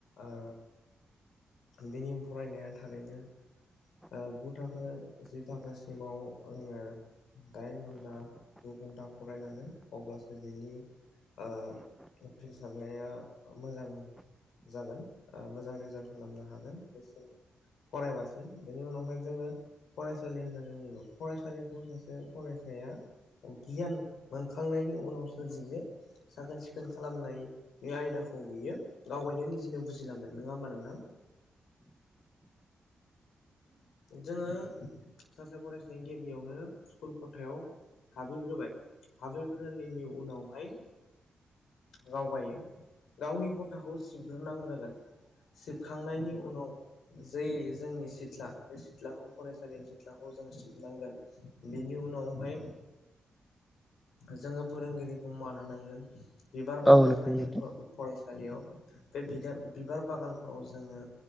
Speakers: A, on the left (about 80°); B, in the centre.
A: ओ फिनिश फरायनाया थारैनो ओ गु थाखो जि थाखोसिमाव आङो दाइन घन्टा गु घन्टा फरायनांगोन अब्लासो बिनि ओ उथ्रिसारनाया मोजां जागोन मोजां ओ रिजाल्ट खालामनो हागोन बेसिम फरायबासो बेनि उनावहाय जोङो फरायसालि होननानै बुङो फरायसालिखौ सासे फरायसाया गियान मोनखांनायनि उनावसो बियो साखोन सिखोन खालामनायनि आयदाखौ बियो आवगायनो निजेनो बुजिलांगोन नोङा होमबा नोंथां जोङो सासे फरायसाया गिबियावनो स्कुल खथायाव हाबहैग्रोबाय हाबहैग्रोनायनि उनावहाय गावगायो गावनि खथाखौ सिबग्रोनांग्रोगोन सिबखांनायनि उनाव जे जोंनि सिथ्ला बे सिथ्लाखौ फरायसालिनि सिथ्लाखौ जोङो सिबनांगोन बेनि उनावहाय जोङो फोरोंगिरिखौ मान होनांगोन बिबार बागान
B: औ नंगौ
A: थायो
B: नोंथां
A: फरायसा सालियाव बे बिार बिबार बागानफोराव जोङो